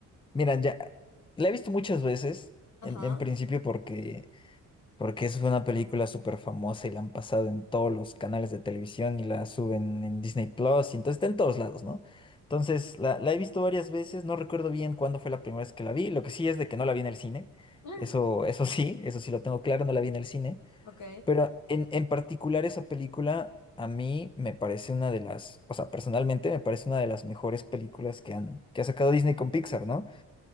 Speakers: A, on the left; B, on the left.
A: mira, ya la he visto muchas veces,
B: Ajá,
A: en, en principio porque, porque es una película súper famosa y la han pasado en todos los canales de televisión y la suben en Disney Plus y entonces está en todos lados, ¿no? Entonces la, la he visto varias veces, no recuerdo bien cuándo fue la primera vez que la vi, lo que sí es de que no la vi en el cine,
B: <laughs>
A: eso, eso sí, eso sí lo tengo claro, no la vi en el cine.
B: ok.
A: Pero en, en particular esa película a mí me parece una de las, o sea, personalmente me parece una de las mejores películas que han, que ha sacado Disney con Pixar, ¿no?